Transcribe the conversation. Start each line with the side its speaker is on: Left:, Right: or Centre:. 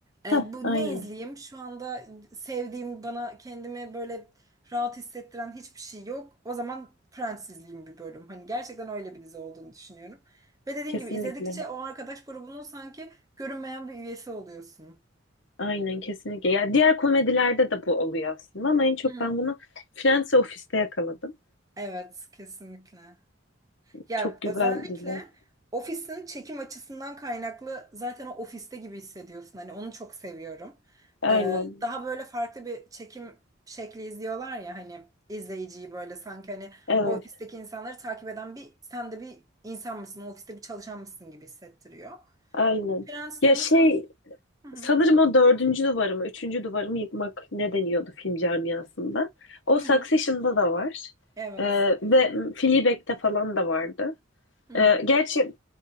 Right: e,
Left: Heh,
Right: bu
Left: aynen.
Right: ne izleyeyim? Şu anda sevdiğim bana kendimi böyle rahat hissettiren hiçbir şey yok. O zaman Friends izleyeyim bir bölüm. Hani gerçekten öyle bir dizi olduğunu düşünüyorum. Ve dediğin
Left: Kesinlikle.
Right: gibi izledikçe o arkadaş grubunun sanki görünmeyen bir üyesi oluyorsun.
Left: Aynen kesinlikle. Ya diğer komedilerde de bu oluyor aslında ama en çok
Right: Hı hı.
Left: ben bunu Friends ve Office'te yakaladım.
Right: Evet, kesinlikle. Ya
Left: Çok güzel
Right: özellikle
Left: diziler.
Right: ofisin çekim açısından kaynaklı zaten o ofiste gibi hissediyorsun. Hani onu çok seviyorum.
Left: Aynen.
Right: Ee, daha böyle farklı bir çekim şekli izliyorlar ya hani izleyiciyi böyle sanki hani
Left: Evet,
Right: o ofisteki insanları takip eden bir sen de bir insan mısın, o ofiste bir çalışan mısın gibi hissettiriyor.
Left: aynen.
Right: Prens
Left: Ya
Right: de onu
Left: şey
Right: tam hı hı,
Left: sanırım o dördüncü duvarımı, üçüncü duvarımı yıkmak ne deniyordu film camiasında. O
Right: hı
Left: Succession'da
Right: hı,
Left: da var.
Right: evet.
Left: Ee, ve Fleabag'de falan da vardı.
Right: Hı hı,
Left: Ee, gerçi